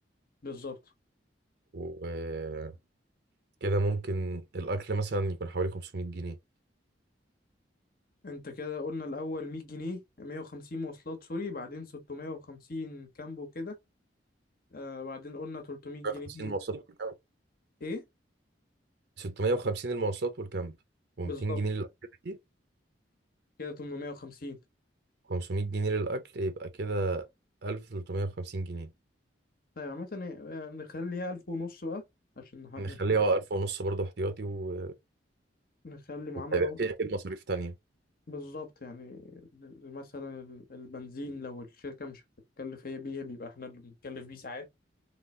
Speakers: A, on the left; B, on the right.
A: بالظبط
B: مرة كده ممكن الأكل مثلا يكون حوالي 500 جنيه
A: انت كده قلنا الاول 100 جنيه 150 مواصلات سوري بعدين 650 كامب وكده آه بعدين قلنا 300 جنيه
B: 50 مواصلات والكامب
A: ايه
B: 650 المواصلات والكامب و200
A: بالظبط
B: جنيه للأكل
A: كده 850
B: 500 جنيه للأكل يبقى كده 1350 جنيه
A: طيب عامة إيه، إيه، نخليها ألف ونص بقى عشان نح-
B: نخليها
A: نخ-
B: اه 1000 ونص برضه احتياطي و...
A: نخلي معانا
B: وهيبقى
A: باور
B: في أكيد مصاريف تانية
A: بالظبط يعني ال- مثلا ال- البنزين لو الشركة مش بتتكلف هي بيه بيبقى احنا اللي بنتكلف بيه ساعات